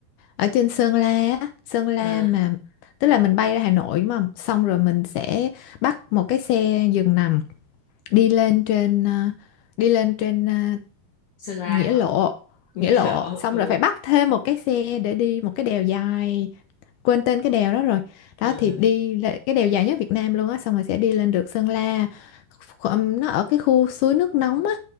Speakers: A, on the left (about 90°); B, on the left (about 70°).
A: ở trên Sơn La á. Sơn La
B: À,
A: mà tức là mình bay ra Hà Nội đúng không? Xong rồi mình sẽ bắt một cái xe giường nằm đi lên trên uh, đi lên trên uh,
B: Sơn La.
A: nghĩa lộ
B: <laughs> Nghe
A: nghĩa lộ
B: rõ.
A: xong
B: Ừ.
A: rồi phải bắt thêm một cái xe để đi một cái đèo dài quên tên cái đèo đó rồi
B: Ừ.
A: đó thì đi lệ- cái đèo dài nhất Việt Nam luôn á xong rồi sẽ đi lên được Sơn La Kho- nó ở cái khu suối nước nóng á